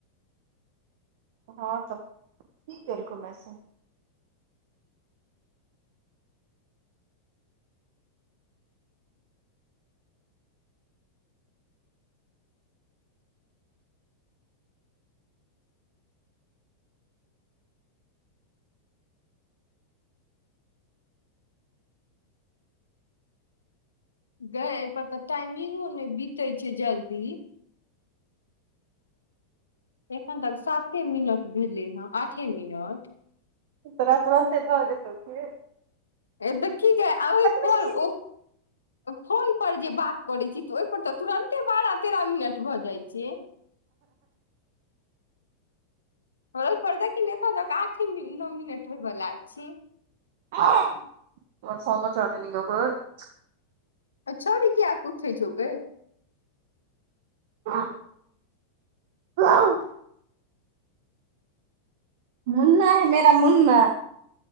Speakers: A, on the right; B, on the left.
A: हँ तब की केलको मैसेज
B: गे एहि पर तऽ टाइमिंगो ने बते छै जल्दी एखन तक साते मिनट भेलै हँ आठे मिनट
A: तोरा तुरंते भऽ जेतौ कि
B: देखी ने जाहिप
A: ने
B: ओ फोन पर जे बात करै छी ओहि पर तऽ तुरन्ते बारह तेरह मिनट भऽ जाइ छै ओपर देखी ने एतऽ तक आठे नओ मिनट होयवला छी
A: फम चारट ओ <unintelligible>
B: चोरी किया कुथे छै गेय
A: ह <unintelligible> मुन्ना है मेरा मुन्ना